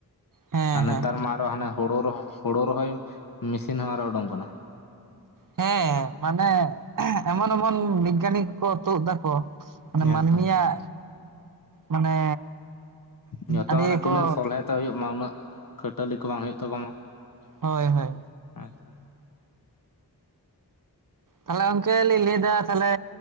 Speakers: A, on the right; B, on the left.
A: ᱦᱮᱸ
B: ᱟᱨ
A: ᱦᱮᱸ
B: ᱱᱮᱛᱟᱨ ᱢᱟ ᱟᱨᱚ ᱦᱟᱱᱮ ᱦᱳᱲᱳ ᱨᱚᱦᱚᱭ ᱦᱳᱲᱳ ᱨᱚᱦᱚᱭ ᱢᱮᱥᱤᱱ ᱦᱚᱸ ᱟᱨ ᱦᱚᱸ ᱳᱰᱳᱝ ᱠᱟᱱᱟ᱾
A: ᱦᱮᱸ ᱢᱟᱱᱮ ᱮᱢᱚᱱ ᱮᱢᱚᱱ ᱵᱤᱜᱽᱜᱟᱱᱤ ᱠᱚ ᱠᱚ ᱛᱳᱫ ᱫᱟ ᱠᱚ, ᱢᱟᱱᱮ
B: ᱮᱠᱫᱚᱢ
A: ᱢᱟᱹᱱᱢᱤ ᱭᱟᱜ ᱢᱟᱱᱮ
B: ᱡᱚᱛᱚ
A: ᱟᱹᱰᱤ
B: ᱢᱟᱱᱮ ᱛᱤᱱᱟᱹᱜ
A: ᱠᱚ,
B: ᱥᱚᱞᱦᱮ ᱦᱩᱭᱩᱜ ᱢᱟ ᱩᱱᱟᱹᱜ ᱠᱷᱟᱹᱴᱟᱹᱞᱤ ᱠᱚ ᱵᱟᱝ ᱦᱳᱭᱳᱜ ᱛᱟᱠᱚ ᱢᱟ᱾
A: ᱦᱳᱭ ᱦᱳᱭ᱾
B: ᱟᱪᱪᱷᱟ
A: ᱛᱟᱦᱞᱮ ᱜᱚᱝᱠᱮ ᱞᱤᱧ ᱞᱟᱹᱭ ᱫᱟ ᱛᱟᱦᱞᱮ